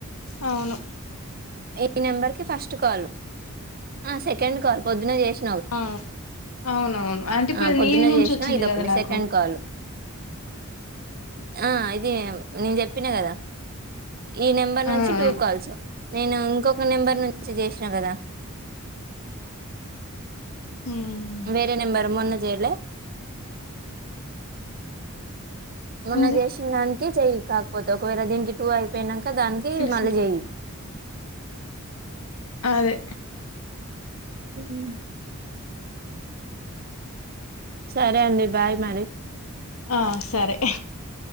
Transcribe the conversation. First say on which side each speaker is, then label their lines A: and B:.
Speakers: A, on the left (about 80°); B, on the right (about 45°).
A: అవును
B: ఈ నెంబర్ కి ఫస్ట్ కాల్ ఆ సెకండ్ కాల్ పొద్దున చేస్
A: ఆ అవునవును అంటే ఇప్పుడు
B: ఆ పొద్దున
A: నీది నుంచి
B: చేసినా
A: వచ్చింది
B: ఇదొకటి
A: గద నాకు
B: సెకండ్
A: హు
B: కాల్ ఆ ఇది నేను చెప్పిన గదా ఈ నెంబర్ నుంచి
A: ఆ ఆ
B: టూ కాల్స్ నేను ఇంకొక నెంబర్ నుంచి చేసిన గదా
A: ఉమ్
B: వేరే నెంబరు మొన్న చేయలే మొన్న
A: అంజి
B: చేసిన దానికి చెయ్యి కాకపోతే ఒకవేళ దీనికి టూ అయిపోయినాంక్ క దానికి
A: పిలుసు
B: మళ్ళీ చెయ్యి
A: అదే
B: హుమ్ సరే అండి బాయ్ మరి
A: ఆ సరే